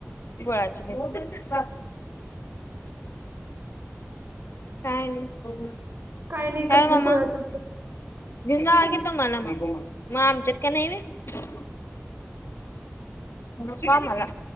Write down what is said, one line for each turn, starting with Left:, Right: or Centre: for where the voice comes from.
Left: गुळाची ढेप काय नई काय
Right: नाही कसली
Left: ओ मामा
Right: कुळाची
Left: घिऊन जावा की तुमाला म नको मला, म आमच्यात काय नई व्हय. नको आमाला